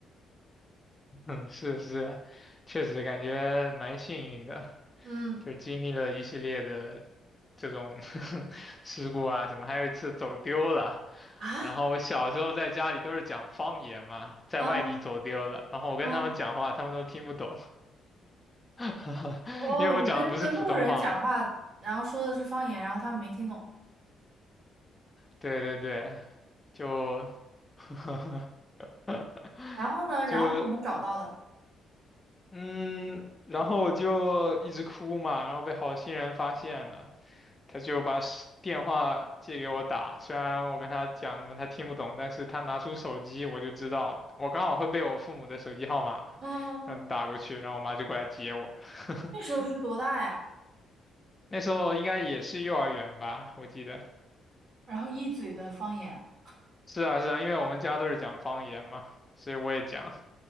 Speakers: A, on the left; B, on the right.
A: <laughs> 嗯，是是，确实感觉蛮幸运的，
B: 嗯
A: 就是经历了一系列的这种 <laughs> 事故啊什么，还有一次走丢了。
B: 啊，
A: 然后我小时候在家里都是讲方言嘛，在外地走丢了，
B: 嗯
A: 然后我跟他们讲话，
B: 嗯，
A: 他们都听不懂。<laughs>
B: 哦，
A: 因为我讲的不是普通话嘛。
B: 你跟那个路人讲话，然后说的是方言，然后他们没听懂，
A: 对对对，就 <laughs>
B: 然后呢，然后怎么找到的？
A: 就嗯，然后我就一直哭嘛，然后被好心人发现了，他就把手电话借给我打，虽然我跟他讲什么他听不懂，但是他拿出手机我就知道，我刚好会背我父母的手机号码嘛，
B: 嗯，
A: 然后打过去，然后我妈就过来接我。<laughs>
B: 那时候是多大呀？
A: 那时候应该也是幼儿园吧，我记得。
B: 然后一嘴的方言，
A: 是啊，是啊，因为我们家都是讲方言嘛，所以我也讲。